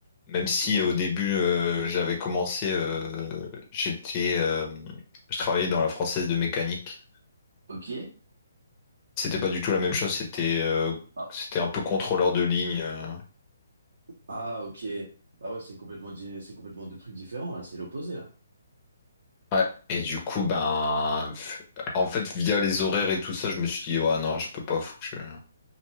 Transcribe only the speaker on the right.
Voilà.
Ok.
Ah,
Ah, ok. Bah ouais, c'est complètement, di- c'est complètement deux trucs différents, là. C'est l'opposé, là.